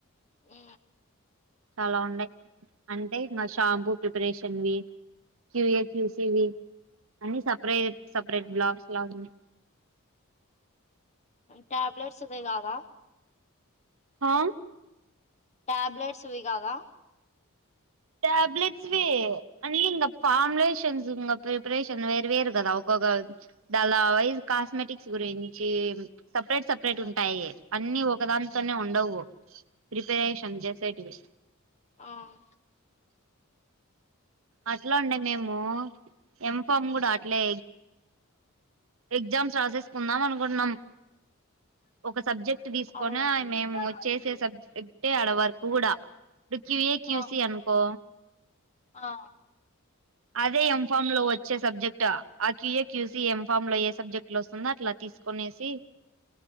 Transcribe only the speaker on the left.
ఆ
ట్యాబ్లెట్స్ ది కాదా
ట్యాబ్లెట్స్వి కాదా
ఆ
అవును
ఆ
ఆ